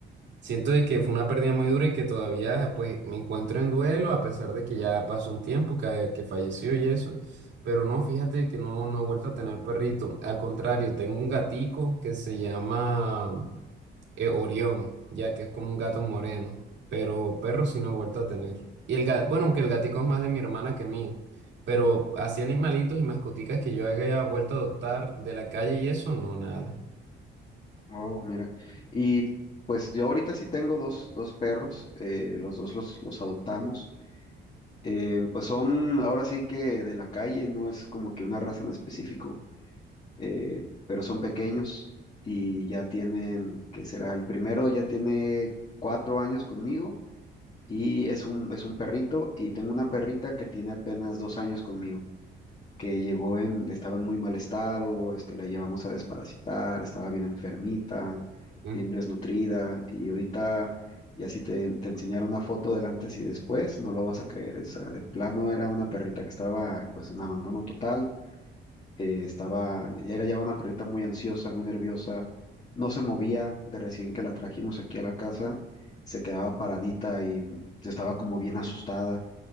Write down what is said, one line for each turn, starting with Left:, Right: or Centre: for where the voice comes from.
Right: Siento de que fue una pérdida muy dura y que todavía pues me encuentro en duelo a pesar de que ya pasó un tiempo que, que falleció y eso. Pero no, fíjate que no, no he vuelto a tener perrito. Al contrario, tengo un gatico que se llama eh, Orión, ya que es como un gato moreno, pero perro sí no he vuelto a tener. Y el gato, bueno, aunque el gatico es más de mi hermana que mío, pero así animalitos y mascoticas que yo haya vuelto a adoptar de la calle y eso, no, nada.
Left: Oh, mira. Y pues yo ahorita sí tengo dos, dos perros, eh, los dos los, los adoptamos. Eh, pues son ahora sí que de la calle, no es como que una raza en específico, eh, pero son pequeños y ya tienen, ¿qué será? El primero ya tiene cuatro años conmigo y es un, es un perrito y tengo una perrita que tiene apenas dos años conmigo que llegó en, estaba en muy mal estado, este, la llevamos a desparasitar, estaba bien enfermita,
Right: Mm.
Left: bien desnutrida, y ahorita ya si te, te enseñara una foto del antes y después, no lo vas a creer, o sea, de plano era una perrita que estaba pues en abandono total, eh, estaba, ya era ya una perrita muy ansiosa, muy nerviosa, no se movía de recién que la trajimos aquí a la casa, se quedaba paradita y mm, estaba como bien asustada